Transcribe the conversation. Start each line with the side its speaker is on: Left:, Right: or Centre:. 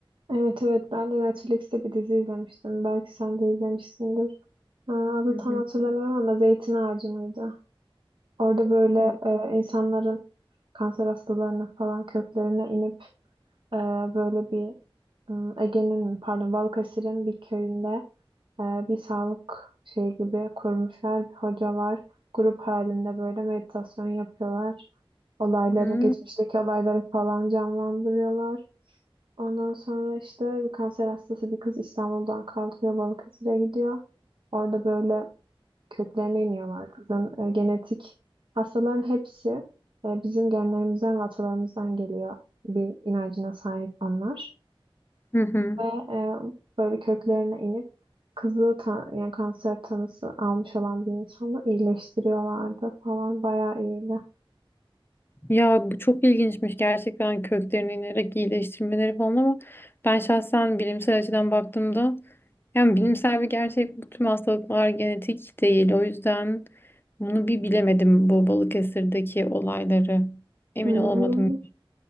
Right: Evet evet ben de Netflix'te bir dizi izlemiştim. Belki sen de izlemişsindir. Ee, Adı
Left: Hı
Right: tam
Left: hı.
Right: hatırlamıyorum ama Zeytin Ağacı mıydı? Orada böyle
Left: Hı
Right: e, insanların kanser hastalarının falan köklerine inip e, böyle bir e, Ege'nin mi, pardon Balıkesir'in bir köyünde e, bir sağlık şey gibi kurmuşlar. Bir hoca var. Grup halinde böyle meditasyon yapıyorlar. olayları,
Left: hı.
Right: geçmişteki olayları falan canlandırıyorlar. Ondan sonra işte bir kanser hastası bir kız İstanbul'dan kalkıyor, Balıkesir'e gidiyor. Orada böyle köklerine iniyorlar kızın. E, genetik hastaların hepsi e, bizim genlerimizden ve atalarımızdan geliyor bir inancına sahip onlar.
Left: Hı hı.
Right: Ve e, böyle köklerine inip kızı ta- yani kanser tanısı almış olan bir insanı iyileştiriyorlardı falan bayağı iyiydi.
Left: Ya bu çok ilginçmiş gerçekten köklerine inerek iyileştirmeleri falan ama ben şahsen bilimsel açıdan baktığımda Yani bilimsel bir gerçek bu tüm hastalıklar genetik değil. O yüzden bunu bir bilemedim bu Balıkesir'deki olayları. Emin
Right: Hmm,
Left: olamadım.
Right: yani